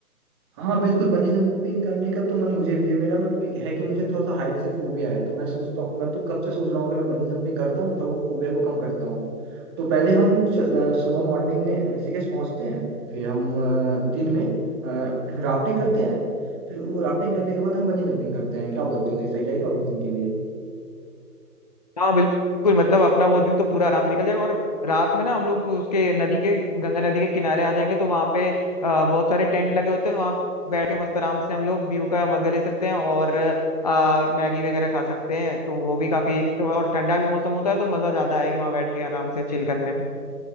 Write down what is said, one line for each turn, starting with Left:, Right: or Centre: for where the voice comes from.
Right: हाँ बिल्कुल बंजी जंपिंग करने का तो मन मुझे भी है मेरा मतलब ये है कि मुझे थोड़ा सा हाइट से फोबिया है तो मैं सोचता हूँ मैं तो कब से सोच रहा हूँ कि मैं बंजी जंपिंग करता हूँ तो वो फोबिया को कम करता हूँ तो पहले हम चल- अ, सुबह मॉर्निंग में ऋषिकेश पहुंचते हैं फिर हम अ, दिन में राफ्टिंग करते हैं फिर वो राफ्टिंग करने के बाद हम बंजी जंपिंग करते हैं क्या बोलते हो ये सही रहेगा उस दिन के लिए
Left: हाँ बिल्कुल मतलब अपना वो दिन तो पूरा आराम से निकल जाएगा और रात में ना हम लोग उसके नदी के गंगा नदी के किनारे आ जाएंगे तो वहाँ पे अ, बहुत सारे टेंट लगे होते हैं वहाँ बैठ के मस्त आराम से हम लोग व्यू का मजा ले सकते हैं और अ, मैगी वगैरह खा सकते हैं तो वो भी काफी एक तो और ठंडा भी मौसम होता है तो मजा ज्यादा आएगी वहाँ बैठ के आराम से चिल करने में